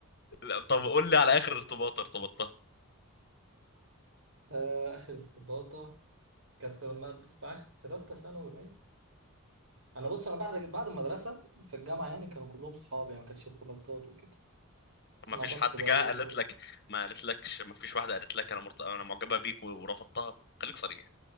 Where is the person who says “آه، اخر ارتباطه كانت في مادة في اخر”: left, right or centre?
Right